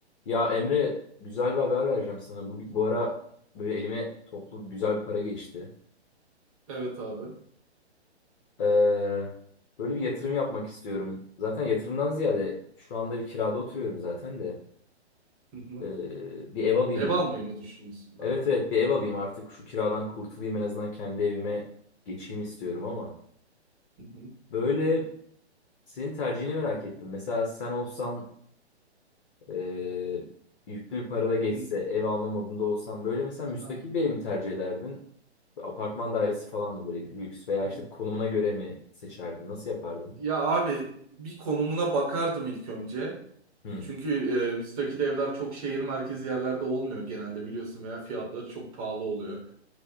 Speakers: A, on the left (about 50°); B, on the right (about 30°).
A: Ya Emre güzel bir haber vereceğim sana. Bu, bu ara böyle elime toplu güzel bir para geçti.
B: Evet abi.
A: Ee, böyle bir yatırım yapmak istiyorum. Zaten yatırımdan ziyade şu anda bir kirada oturuyorum zaten de.
B: Hı hı.
A: Ee, bir ev alayım
B: Ev
A: bir.
B: almayı mı düşünüyorsun? Ha.
A: Evet evet bir ev alayım artık şu kiradan kurtulayım en azından kendi evime geçeyim istiyorum ama.
B: Hı hı.
A: Böyle senin tercihini merak ettim. Mesela sen olsan Ee, yüklü bir para da geçse
B: Hı.
A: ev alma modunda olsan böyle mesela müstakil
B: Ha.
A: bir ev mi tercih ederdin? Apartman dairesi falan mı böyle lüks veya
B: Hı.
A: işte konumuna göre mi seçerdin? Nasıl yapardın?
B: Ya abi bir konumuna bakardım ilk önce.
A: Hmm.
B: Çünkü e, müstakil evler çok şehir merkezi yerlerde olmuyor genelde biliyorsun veya fiyatları çok pahalı oluyor.